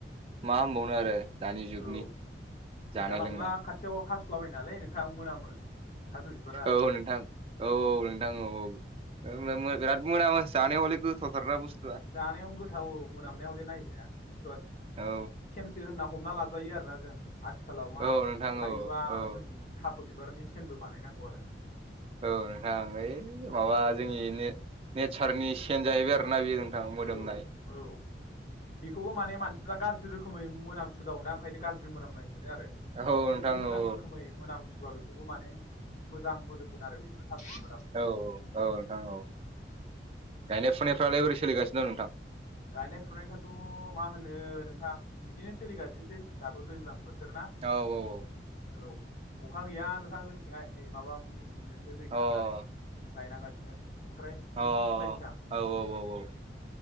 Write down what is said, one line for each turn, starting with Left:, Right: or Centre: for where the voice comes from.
Right: मा होनबावनो आरो दानि जुगनि
Left: औ
Right: जानाय
Left: जानला
Right: लोंनाय।
Left: मोनला खाथियाव हासु्लाबाय नालाय नोंथाङा मोनामो। थास' बिबारा
Right: औ नोंथां औ औ नोंथां औ औ बिराद मोन जानायाव हले गोदानथार ना बुस्थु
Left: जानायावनो गोथाव मोनामनायाव हले नायजया बुस्थुआ
Right: औ
Left: से होनना हमना लाजायो आरोोना जों आथिखालाव मा
Right: औ नोंथां
Left: हायोबा
Right: औ औ
Left: जों थास' बिबारनि सेनबो बानायनांगौ आरो।
Right: औ नोंथां ओइ
Left: आरो
Right: माबा जोंनि नेचारनि चेन जाहैबाय आरोना बेयो मोदोमनाय
Left: औ औ बेखौबो माने मानसिफ्रा गाज्रि रोखोम रोखोमै मोनामसुदावनाा ओंखायनो गाज्रि मोनामनाय मोनो आरो
Right: औ नोंथां
Left: जुदि मोजां
Right: औ
Left: रोखोमै मोनामसुवा बेखौबो माने मोजां मोदोमगोन आरो बेबो थास'बिबाराबो।
Right: औ औ औ नोंथां औ गायनाय फुनायफ्रालाय बोरै सोलिगासिनो दं नोंथां?
Left: गायनाय फुनायथाथ' मा होनो नोंथां बिदिनो सोलिगासिनोसै दाथ' दैज्लां बोथोर ना?
Right: औ औ औ
Left: औ अखा गैया नोंथां जोंथिंहाय नै माबा मेचिनजोंसो दै सारनानै
Right: औ अ
Left: गायनांगासिनो ओमफ्राय
Right: अ
Left: नोंसिनिथिंलाय नोंथां
Right: औ औ औ औ